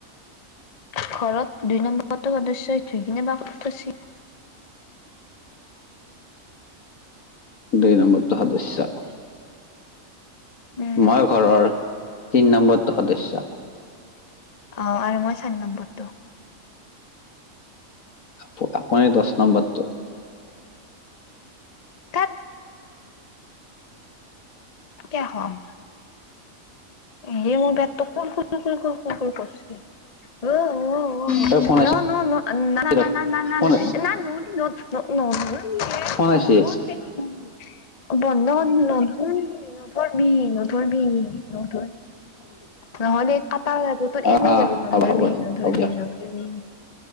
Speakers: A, on the left (about 40°); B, on the left (about 70°).
A: ঘৰত দুই নম্বৰটো সদস্য ধুই কিনে বা ক'ত থৈয়ছি।
B: দুই নম্বৰটো সদস্য
A: উম।
B: মই ঘৰৰ তিন নম্বৰটো সদস্য।
A: অ' আৰু মই চাৰি নম্বৰটো।
B: টো আপুনি দশ নম্বৰটো।
A: ঠাত। কিয়া খোৱাম? এ মোৰ পেটটো কুৰ, কুৰ, কুৰ, কুৰ, কুৰ, কুৰ কৰিছে এও অ' অ'
B: তই
A: অ'। <unintelligible>
B: ফোন আইছি ৰ ফোন ফোন আইছি
A: বন্ধ কৰি নকৰিবি, নকৰিবি, নকৰিবি। নহলি কাটা যাবো তোৰ
B: অ
A: এনেই
B: অ
A: যাবো নধৰবি
B: হ'ব হ'ব দিয়ক
A: নধৰবি।
B: হ'ব দিয়ক
A: নধৰিবি।